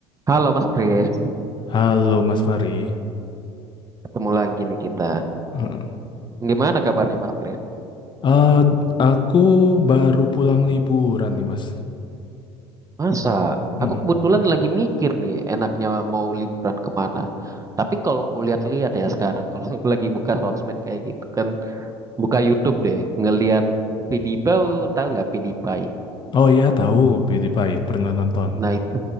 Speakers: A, on the right; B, on the left.
A: Halo Mas Kris,
B: Halo Mas Fari.
A: ketemu lagi nih kita.
B: Heeh.
A: Gimana kabarnya Mas Kris?
B: Eh, aku baru pulang liburan nih Mas.
A: Masa?
B: Heeh.
A: Aku kebetulan lagi mikir nih enaknya mau liburan kemana. Tapi kalau aku lihat-lihat ya sekarang, kalau <laughs> lagi buka sosmed kayak gitu kan, buka YouTube deh, ngelihat PewDiePie, tahu nggak PewDiePie?
B: Oh iya tahu PewDiePie pernah nonton.
A: Nah itu,